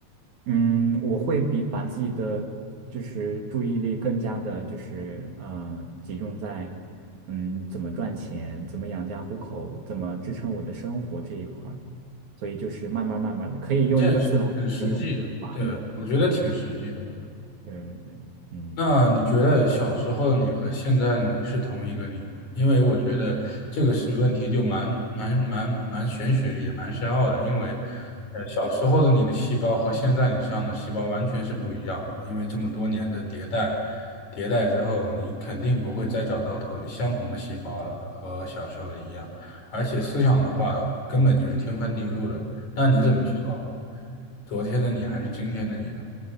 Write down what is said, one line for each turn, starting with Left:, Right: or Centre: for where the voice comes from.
Right: 嗯，我会比把自己的就是注意力更加的，就是呃，集中在嗯怎么赚钱、怎么养家糊口、怎么支撑我的生活这一块儿，所以就是慢慢慢慢的，可以用一个字来形容，
Left: 这也是很实际对，
Right: 就是麻木了。
Left: 我觉得挺实际的。
Right: 对对对，嗯
Left: 那你觉得小时候的你和现在的你是同一个你吗？因为我觉得这个是问题，就蛮蛮蛮蛮玄学，也蛮深奥的。因为，呃，小时候的你的细胞和现在你身上的细胞完全是不一样的。因为这么多年的迭代，迭代之后，你肯定不会再找到同相同的细胞了，和小时候的一样。而且思想的话，根本就是天翻地覆的。那你怎么确保
Right: 嗯
Left: 昨天的你还是今天的你呢？